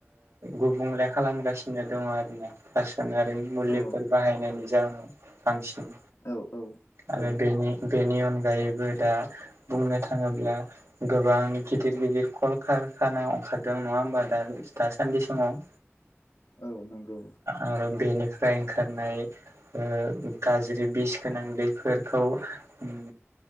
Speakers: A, on the right (about 80°); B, on the left (about 85°).
A: गुबुंले खालामगासिनो दङ आरोना रासायनारिनि मुलिफोर
B: औ
A: बाहायनायनि जाहोनाव बांसिन
B: औ औ औ
A: आरो बेनि बेनि अनगायैबो दा बुंनो थाङोब्ला गोबां गिदिर गिदिर कल खारखाना ओंखारदों नङा होमबा दा दासान्दि समाव
B: औ नंगौ
A: आरो बेनिफ्राय ओंखारनाय ओ गाज्रि बिस गोनां दैफोरखौ ओम